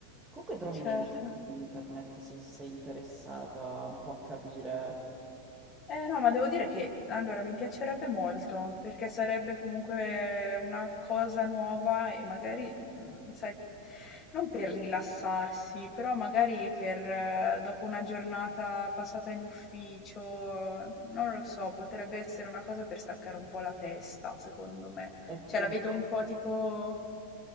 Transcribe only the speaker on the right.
Comunque trovi
dei video su internet se sei interessata un po' a capire.
E
fun-